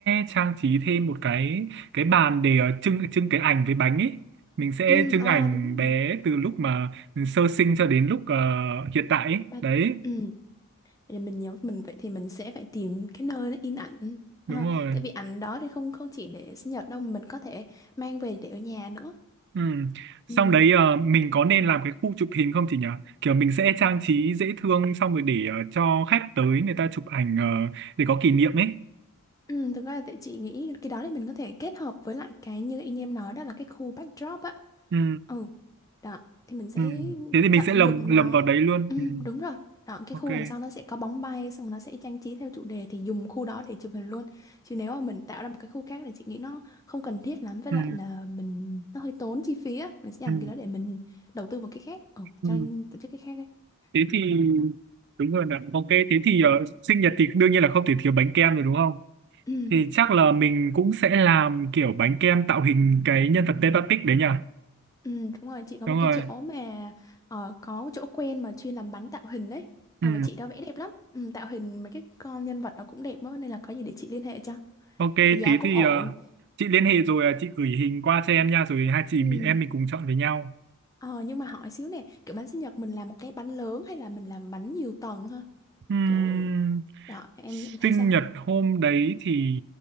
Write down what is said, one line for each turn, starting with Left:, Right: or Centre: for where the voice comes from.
Right: trang trí thêm một cái cái bàn để ờ, trưng trưng cái ảnh với bánh ấy mình sẽ
Left: ừ,
Right: trưng
Left: ờ
Right: ảnh
Left: đúng
Right: bé
Left: rồi
Right: từ lúc mà sơ sinh cho đến lúc ờ, hiện tại ấy.
Left: ba
Right: Đấy
Left: ừ. Vậy là mình nhắm mình vậy thì mình sẽ phải tìm cái nơi nó in ảnh Ờ,
Right: đúng rồi
Left: tại vì ảnh đó thì không không chỉ để sinh nhật đâu mà mình có thể mang về để ở nhà nữa
Right: Ừ. Xong
Left: Ừ.
Right: đấy ờ, mình có nên làm cái khu chụp hình không chị nhỉ? Kiểu mình sẽ trang trí dễ thương xong rồi để ờ, cho khách tới người ta chụp ảnh ờ, để có kỷ niệm ấy.
Left: ừ, thực ra là tại chị nghĩ cái đó thì mình có thể kết hợp với lại cái như anh em nói đó là cái khu backdrop á
Right: Ừ.
Left: Ừ, đó, thì mình sẽ
Right: Ừ. Thế thì mình
Left: tận
Right: sẽ
Left: dụng
Right: lồng lồng
Left: nó.
Right: vào đấy luôn.
Left: Ừ,
Right: Ừ.
Left: đúng rồi. Đó, cái
Right: Ok.
Left: khu đằng sau nó sẽ có bóng bay, xong nó sẽ trang trí theo chủ đề thì dùng khu đó để chụp hình luôn. Chứ nếu mà mình tạo ra một cái khu khác thì chị nghĩ nó không cần thiết lắm, với
Right: Ừ.
Left: lại là mình nó hơi tốn chi phí á. Mình sẽ
Right: Ừ.
Left: dành cái đó để mình đầu tư một cái khác. Ừ,
Right: Ừ.
Left: cho tổ chức cái khác đấy.
Right: Thế thì
Left: Đó.
Right: đúng rồi nè. Ok, thế thì ờ, sinh nhật thì đương nhiên là không thể thiếu bánh kem rồi đúng không?
Left: Ừ.
Right: Thì chắc là mình cũng sẽ làm kiểu bánh kem tạo hình cái nhân vật Peppa Pig đấy nhỉ?
Left: Ừ, đúng rồi, chị có
Right: Đúng
Left: một cái
Right: rồi.
Left: chỗ mà ờ, có một chỗ quen mà chuyên làm bánh tạo hình đấy. Ờ,
Right: Ừ.
Left: và chị đó vẽ đẹp lắm. Ừ, tạo hình mấy cái con nhân vật nó cũng đẹp đó, nên là có gì để chị liên hệ cho.
Right: Ok,
Left: thì giá
Right: thế
Left: cũng
Right: thì
Left: ổn
Right: ờ, chị liên hệ rồi ờ, chị gửi hình qua cho em nha, rồi hai chị
Left: Ừ.
Right: mình em mình cùng chọn với nhau.
Left: ờ nhưng mà hỏi xíu nè kiểu bánh sinh nhật mình làm một cái bánh lớn hay là mình làm bánh nhiều tầng ha
Right: Ừm,
Left: kiểu đó em
Right: sinh
Left: em thấy sao
Right: nhật hôm đấy thì